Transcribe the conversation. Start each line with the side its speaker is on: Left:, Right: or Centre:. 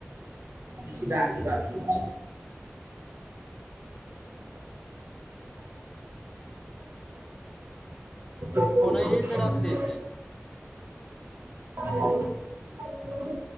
Right: सीधा बात करै छी
Left: ओनाहिये से रख दै
Right: <unintelligible>
Left: छै
Right: <inaudible>